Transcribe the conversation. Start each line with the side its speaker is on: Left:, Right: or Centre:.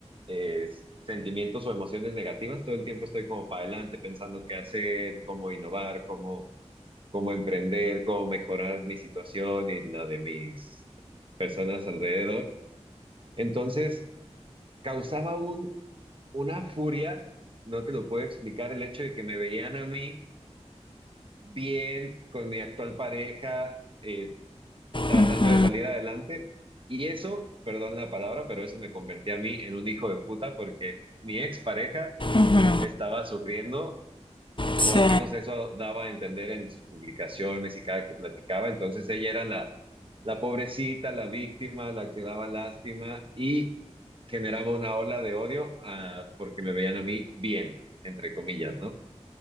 Right: eh, sentimientos o emociones negativas. Todo el tiempo estoy como para adelante pensando qué hacer, cómo innovar, cómo, cómo emprender, cómo mejorar mi situación y la de mis personas alrededor. Entonces, causaba un, una furia, no te lo puedo explicar, el hecho de que me veían a mí bien con mi actual pareja. eh, tratando
Left: Ujú,
Right: de salir adelante. Y eso, perdón la palabra, pero eso me convertía a mí en un hijo de puta porque mi expareja
Left: ujú,
Right: estaba sufriendo,
Left: sí.
Right: o al menos eso daba a entender en sus publicaciones y cada que platicaba. Entonces ella era la, la pobrecita, la víctima, la que daba lástima y generaba una ola de odio ah, porque me veían a mí bien, entre comillas, ¿no?